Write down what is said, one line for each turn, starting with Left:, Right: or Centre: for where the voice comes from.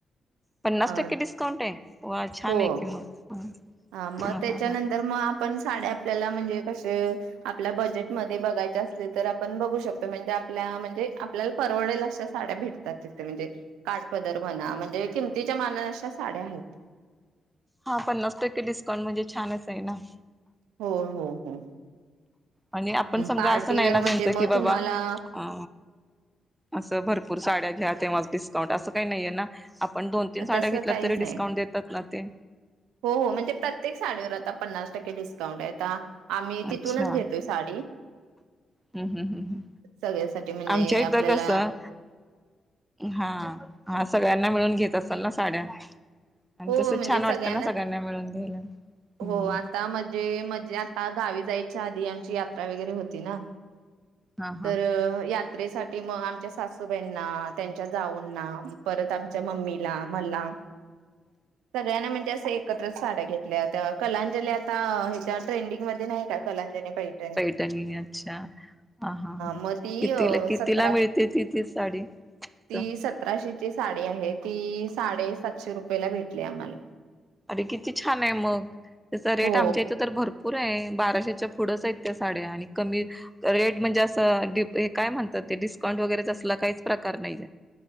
Centre: पन्नास
Right: अ
Centre: टक्के डिस्काउंट आहे वा छान
Right: हो
Centre: आहे कि मग
Right: हा मग त्याच्यानंतर
Centre: हा हा
Right: मग आपण साड्या आपल्याला म्हणजे कसे आपल्या बजेट मध्ये बघायचे असले तर आपण बघू शकतो म्हणजे आपल्या म्हणजे आपल्याला परवडेल अशा साड्या भेटतात तिथे म्हणजे काठ पदर म्हणा म्हणजे किमतीच्या मानान अशा साड्या आहेत
Centre: हा पन्नास टक्के डिस्काउंट म्हणजे छानच आहे ना
Right: हो हो हो
Centre: आणि आपण समजा
Right: पार्टीवेअर
Centre: असं नाही ना
Right: म्हणजे
Centre: त्यांचं
Right: मग
Centre: की बाबा
Right: तुम्हाला
Centre: अ असं भरपूर साड्या घ्या तेव्हा डिस्काउंट असं काही नाहीये ना आप पण दोन-तीन साड्या
Right: तसं
Centre: घेतल्या
Right: काहीच
Centre: तरी डिस्काउंट
Right: नाही.
Centre: देतात ना ते
Right: हो हो म्हणजे प्रत्येक साडीवर आता पन्नास टक्के डिस्काउंट आहे आता आम्ही
Centre: हम्म
Right: तिथूनच
Centre: अच्छा
Right: घेतोय
Centre: हम्म
Right: साडी
Centre: हम्म हम् हम् हम्
Right: सगळ्यासाठी म्हणजे
Centre: आमच्या इथ
Right: आपल्याला
Centre: कसं हा हा सगळ्यांना मिळून घेत असेल ना साड्या आणि
Right: हो
Centre: तस
Right: म्हणजे
Centre: छान वाटतं
Right: सगळ्यांनाच
Centre: ना सगळ्यांना मिळून घ्यायला हम्म
Right: हो आता म्हणजे मध्ये आता गावी जायच्या आधी आमची यात्रा वगैरे होती ना
Centre: हा हा
Right: तर यात त्रेसाठी मग आमच्या सासूबाईंना, त्यांच्या जाऊंना परत आमच्या मम्मीला मला
Centre: <inaudible>
Right: सगळ्यांना म्हणजे असं एकत्रच साड्या घेतल्या होत्या कलांजली आता ह्याच्या ट्रेंडिंग मध्ये नाही का कलांजली पैठणी
Centre: त्यांनी अच्छा हा हा हा
Right: मग ती
Centre: कितीला कितीला
Right: सतरा
Centre: मिळते ती ती साडी तिथं
Right: ती सतराशेची साडी आहे ती, साडेसातशे रुपयेला भेटली आम्हाला.
Centre: अरे किती छान आहे मग, त्याचा रेट
Right: हो
Centre: आमच्या इथं तर भर पुर हाय बाराशेच्या पुढंच आहेत त्या साड्या आणि कमी रेट म्हणजे असं, काय म्हणतात ते, डिस्काउंट वगैरेच असलं काहीच प्रकार नाही.